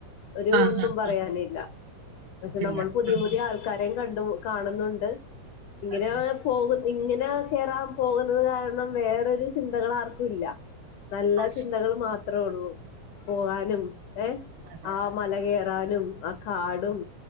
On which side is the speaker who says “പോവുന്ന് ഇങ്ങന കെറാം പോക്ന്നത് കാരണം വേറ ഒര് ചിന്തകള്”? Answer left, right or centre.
Left